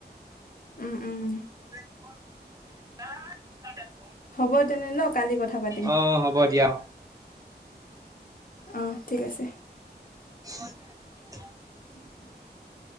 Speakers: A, on the left; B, on the right.
A: উম উম।
B: <unintelligible>
A: হ'ব তেনে ন কালি কথা পাতিম।
B: অ হ'ব দিয়া অ
A: অ ঠিক আছে।
B: <unintelligible>
A: <inaudible>